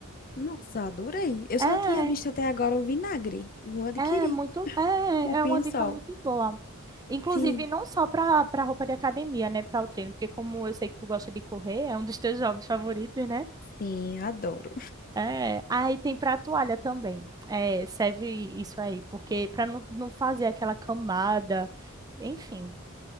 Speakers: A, on the left; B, on the right.
A: Nossa, adorei. Eu
B: É,
A: só tinha visto até agora o vinagre. Vou adquirir.
B: É muito, é,
A: O pinhão-sol.
B: é uma dica muito boa. Inclusive,
A: Sim,
B: não só para para roupa de academia, né, para o treino, porque como eu sei que tu gosta de correr, é um dos teus jogos favoritos, né?
A: sim, adoro.
B: É, aí tem para toalha também. É, serve isso aí, porque para não, não fazer aquela camada, enfim.